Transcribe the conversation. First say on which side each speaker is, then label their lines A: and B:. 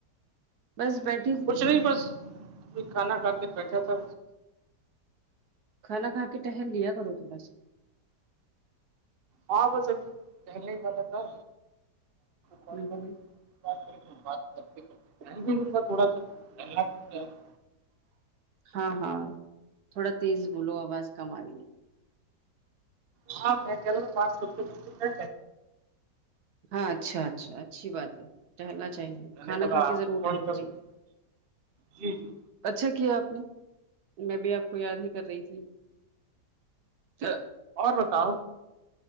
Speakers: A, on the right; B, on the right.
A: بس بیٹ
B: کچھ نہیں بس کھانا کھا کے بیٹھا تھا
A: کھانا کھا کے ٹہم لیا کرو تھوڑا سا
B: ہاں بس ابھی پہلے ہی پل تھا کال
A: ہوں
B: کر
A: ہوں
B: بات کرتے کرتے ملوں گا تھوڑا سا جائے <unintelligible>
A: ہاں ہاں تھوڑا تیز بولو آواز کم آ رہی ہے
B: ہاں میں کہہ رہاوںات سب سا <unintelligible>
A: ہاں اچھا اچھا اچھی بات ہے ٹہلنا چاہیے
B: میں نے
A: کھانا
B: کہا
A: کھا کے
B: آپ
A: ضرور
B: کو
A: ٹہلنا
B: کال کر
A: چاہیے
B: لوں جی جی
A: اچھا کیا آپ نے میں بھی آپ کو یاد ہی کر رہی تھی چھ <unintelligible>
B: اور بتاؤ